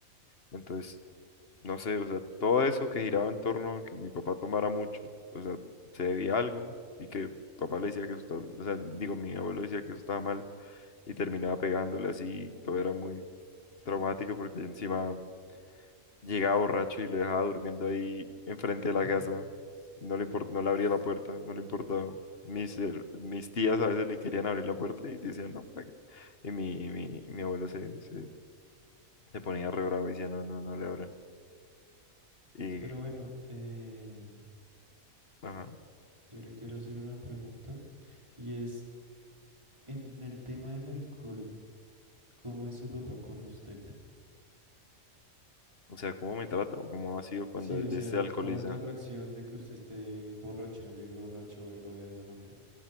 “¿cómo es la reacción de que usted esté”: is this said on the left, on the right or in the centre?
Right